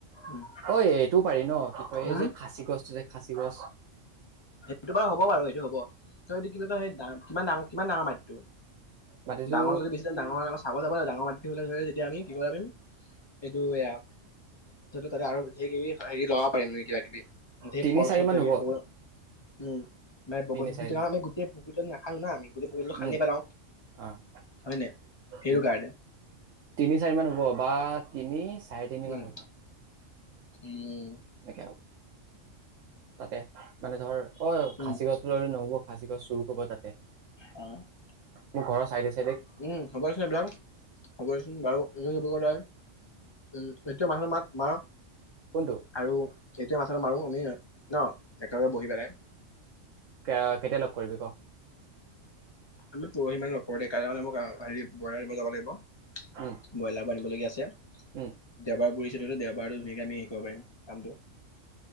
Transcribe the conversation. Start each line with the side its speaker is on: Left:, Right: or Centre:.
Left: উম,
Right: ঐ এইটোও পাৰি ন' কি কয়
Left: উম
Right: এই যে খাচী গছটো যে খাচী গছ।
Left: সেইটো। হ'ব বাৰু সেইটো হ'ব ত এইটো কি বুলি কয় সেই কিমান ডাঙৰ কিমান ডাঙৰ মাটিটো
Right: মাটিতো
Left: ডাঙৰ যদি বেছি ডাঙৰ চাব যাব লাগ ডাঙৰ মাটিটো হ'লে ধৰি তেতিয়া আমি কি কৰিব পাৰিম এইটো এয়া ত আৰু হেৰি লগব পাৰম নি কিবা কিবি। ধেই
Right: তিনি
Left: ফল
Right: চাৰি
Left: চল
Right: মান
Left: থেলে
Right: হ'ব
Left: ব উম <unintelligible> <unintelligible>
Right: তিনি চাৰি মান
Left: না আমি গোটেই পুখুৰীটো খান্দি
Right: উম,
Left: পেলাও
Right: অ',
Left: হয় নাই সেইটো
Right: উম,
Left: কাৰণে
Right: তিনি, চাৰি মান হ'ব বা তিনি চাৰে তিনি
Left: উম
Right: মান হ'ব।
Left: উম
Right: <unintelligible> তাতে, মানে ধৰ অ', খাচী
Left: উম
Right: গছ <unintelligible> নহ'ব খাচী গছ চুৰ কৰিব তাতে।
Left: <unintelligible>
Right: মোক ঘৰ চাইদেচ
Left: উম, হ'ব দেচোন এইবিলাক, হ'ব দেচোন বাৰু <unintelligible> মানুহ মাত মাৰ
Right: কোনটো
Left: আৰু এইটোৱে‌ <unintelligible> মাৰো আমি ন? একেলগে বহি পেলাই।
Right: <unintelligible> কেতিয়া লগ কৰিবি ক?
Left: আমি পৰহি মানে লগ কৰোঁ দে, কাইলৈ মানে আ, হেৰি ব্ৰইলাৰ আনিব যাব লাগিব,
Right: উম
Left: ব্ৰইলাৰ ব আনিবলগীয়া আছে
Right: উম
Left: দেওবাৰ কৰিছিলটো দেওবাৰটো ধুনীয়াকে আমি শিকিব পাৰিম কামটো।